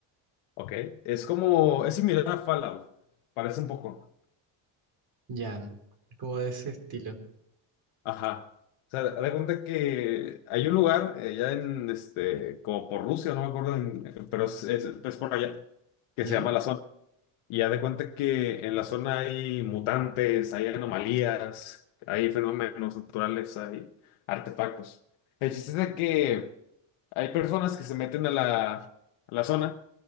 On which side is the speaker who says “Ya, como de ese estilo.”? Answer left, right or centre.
Right